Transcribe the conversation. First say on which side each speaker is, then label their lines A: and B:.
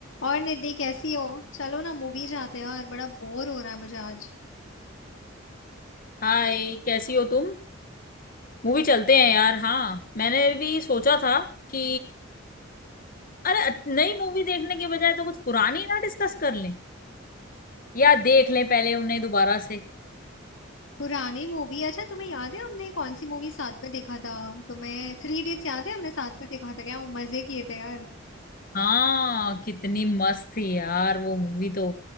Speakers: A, on the left; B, on the left.
A: और निधि कैसी हो चलो ना मूवी जाते हैं यार बड़ा बोर हो रहा है मुझे आज
B: हाय कैसी हो तुम मूवी चलते हैं यार हाँ मैंने भी सोचा था कि अरे अ- नई मूवी देखने के बजाय तो कुछ पुरानी ना डिस्कस कर लें या देख लें पहले उन्हें दोबारा से
A: पुरानी मूवी अच्छा तुम्हें याद है हमने कौन सी मूवी साथ में देखा था तुम्हें थ्री इडियट्स याद है हमने साथ में देखा था क्या मजे किए थे यार
B: हाँ कितनी मस्त थी यार वो मूवी तो